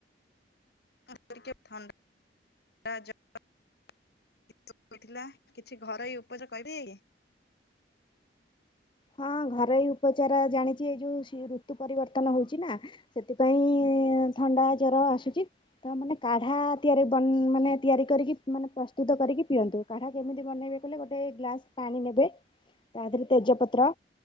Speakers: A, on the left (about 65°); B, on the left (about 25°).
A: <unintelligible> ଥଣ୍ଡା ଜର। <unintelligible> ଥିଲା କିଛି ଘରୋଇ ଉପଚାର କହିବି।
B: ହଁ ଘରୋଇ ଉପଚାର ଜାଣିଚି ଏଇ ଯୋଉ ଋତୁ ପରିବର୍ତ୍ତନ ହଉଚି ନା। ସେଥିପାଇଁ
A: ହଁ
B: ଥଣ୍ଡା ର ଆସୁଚି ତ ମାନେ କାଢା ତିଆରି ମାନେ ତିଆରି କରିକି ମାନେ ପ୍ରସ୍ତୁତ କରିକି ପିଅନ୍ତୁ। କାଢା କେମିତି ବନେଇବେ କହିଲେ ଗୋଟେ ଗ୍ଲାସ ପାଣି ନେବେ ତା ଦେହରେ ତେଜ ର